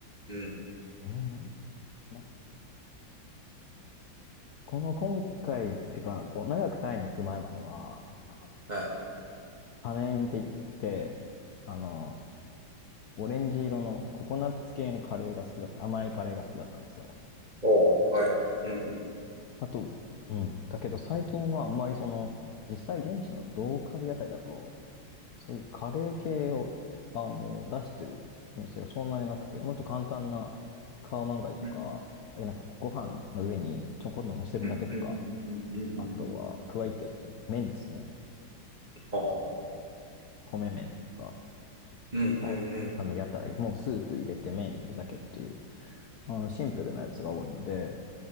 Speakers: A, on the right (about 20°); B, on the left (about 65°).
A: うん。
B: えー、なん、な、この今回、ってか、こう、長くタイに行く前までは、あの
A: はい。
B: パネーンって言って、あの、オレンジ色のココナッツ系のカレーが好きだった、甘いカレーが好きだったんですよ。
A: おー、はい。うんうん。
B: あと、うん、だけど最近はあんまりその、実際現地のローカル屋台だと、そういうカレー系を、あの、出してるお店がそんなになくて、もっと簡単なカオマンガイとか、
A: う
B: え、なんかご飯の上にちょこんと乗せるだけとか、
A: んうんうんうんうんうんうん。
B: あとはクワイティアっていう麺ですね。
A: ああ、
B: あ米麺とか
A: うんうんうん。
B: の、あの屋台、もうスープ入れて麺入れるだけっていう、あのシンプルなやつが多いので、